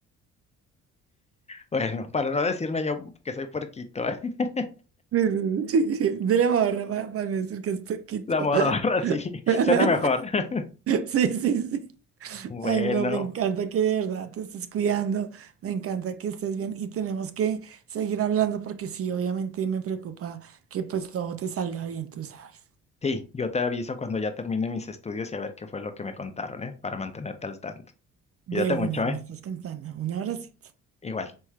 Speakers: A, on the left; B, on the right.
A: Bueno, para no decirme yo que soy puerquito, ¿eh? <laughs>
B: Sí, sí, sí, Dile modorra para, no decir que es poquito.
A: La modorra,
B: <laughs>
A: sí, suena mejor. <laughs>
B: Sí, sí, sí.
A: Bueno,
B: Ay, no, me encanta que de verdad te estés cuidando, me encanta que estés bien y tenemos que seguir hablando porque sí, obviamente me preocupa que pues todo te salga bien, tú sabes.
A: sí, yo te aviso cuando ya termine mis estudios y a ver qué fue lo que me contaron, ¿eh? Para mantenerte al tanto. Cuídate
B: De una,
A: mucho,
B: me
A: ¿eh?
B: estás cantando. Un abrazo.
A: Igual.